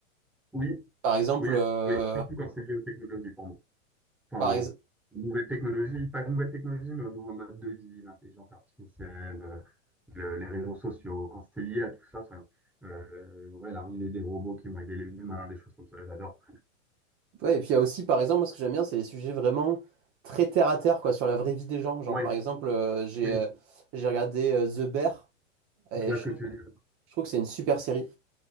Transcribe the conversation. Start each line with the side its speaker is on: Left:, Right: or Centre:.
Centre: oui,
Right: Par exemple,
Centre: oui,
Right: euh,
Centre: oui, surtout quand c'est géotechnologie pour moi. enfin,
Right: par
Centre: aux
Right: ex-
Centre: nouvelles technologies, pas de nouvelles technologies, mais aux nouveaux modes de vie, l'intelligence artificielle, euh, le- les réseaux sociaux, quand c'est lié à tout ça, ça euh, ouais, l'arrivée des robots qui vont aider les humains, des choses comme ça, j'adore.
Right: ouais, et puis il y a aussi, par exemple, moi ce que j'aime bien, c'est les sujets vraiment très terre à terre, quoi, sur la vraie vie des gens. Genre,
Centre: Ouais,
Right: par exemple, euh, j'ai
Centre: oui,
Right: euh, j'ai regardé euh, The Bear. Et
Centre: je vois
Right: je
Centre: ce
Right: trouve,
Centre: que tu veux dire.
Right: je trouve que c'est une super série,